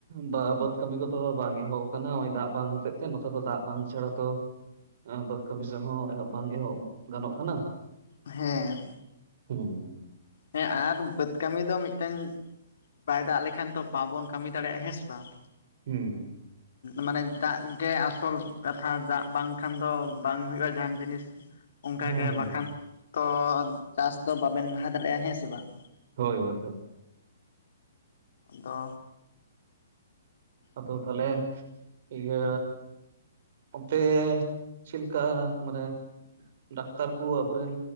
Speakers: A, on the right; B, on the left.
A: ᱵᱟ ᱵᱟᱹᱫ ᱠᱟᱹᱢᱤ ᱠᱚᱫᱚ ᱵᱟᱝ ᱮᱦᱚᱵ ᱠᱟᱱᱟ ᱚᱜᱚᱭ ᱫᱟᱜ ᱵᱟᱝ ᱦᱚᱛᱮᱡ ᱛᱮ ᱱᱚᱛᱮ ᱫᱚ ᱫᱟᱜ ᱵᱟᱝ ᱪᱷᱟᱲᱟ ᱛᱚ ᱵᱟᱹᱛ ᱠᱟᱹᱢᱤ ᱥᱮᱜ ᱦᱚᱸ ᱮᱦᱚᱵ ᱵᱟᱝ ᱮᱦᱚᱵ ᱜᱟᱱᱚᱜ ᱠᱟᱱᱟ᱾
B: ᱦᱮᱸ
A: ᱦᱩᱸ
B: ᱦᱮᱸ ᱟᱨ ᱵᱟᱹᱫᱽ ᱠᱟᱹᱢᱤ ᱫᱚ ᱢᱤᱫ ᱴᱮᱱ ᱵᱟᱭ ᱫᱟᱜ ᱞᱮᱠᱷᱟᱱ ᱛᱚ ᱵᱟᱵᱚᱱ ᱠᱟᱹᱢᱤ ᱫᱟᱲᱮᱭᱟᱜᱼᱟ ᱦᱮᱸ ᱥᱮ ᱵᱟᱝ᱾
A: ᱦᱩᱸ
B: ᱢᱟᱱᱮ ᱫᱟᱜ ᱜᱮ ᱟᱥᱚᱞ ᱠᱟᱛᱷᱟ ᱫᱟᱜ ᱵᱟᱝᱠᱷᱟᱱ ᱫᱚ ᱵᱟᱝ ᱦᱩᱭᱩᱜᱼᱟ ᱡᱟᱦᱟᱱ ᱡᱤᱱᱤᱥ᱾ ᱚᱱᱠᱟᱜᱮ
A: ᱦᱩᱸ ᱦᱩᱸ
B: ᱵᱟᱠᱷᱟᱱ
A: ᱦᱩᱸ
B: ᱛᱚ ᱪᱟᱥ ᱫᱚ ᱵᱟᱵᱮᱱ ᱞᱟᱦᱟ ᱫᱟᱲᱮᱜᱼᱟ ᱦᱮᱸ ᱥᱮ ᱵᱟᱝ?
A: ᱦᱳᱭ ᱦᱳᱭ ᱦᱳᱭ
B: ᱟᱫᱚ
A: ᱟᱫᱚ ᱛᱟᱞᱦᱮ ᱤᱭᱟᱹ ᱚᱱᱛᱮ ᱪᱮᱫ ᱞᱮᱠᱟ ᱢᱟᱱᱮ ᱰᱟᱠᱛᱟᱨ ᱠᱩ ᱟᱵᱚᱨᱮᱱ